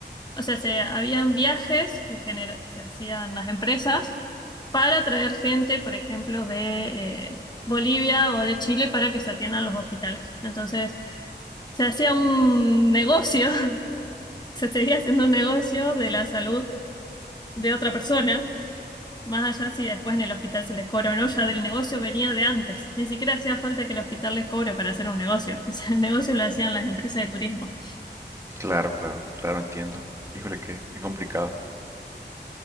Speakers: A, on the left; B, on the right.
A: o sea, se, habían viajes que genera- se hacían las empresas para traer gente, por ejemplo, de eh, Bolivia o de Chile para que se atiendan los hospitales. Entonces se hacía un negocio, <laughs> se seguía haciendo un negocio de la salud de otra persona, más allá si después en el hospital se les cobra o no, ya del negocio venía de antes, ni siquiera hacía falta que el hospital les cobre para hacer un negocio, <laughs> o sea, el negocio lo hacían las empresas de turismo.
B: Claro, claro, claro, entiendo. Híjole, qué, qué complicado.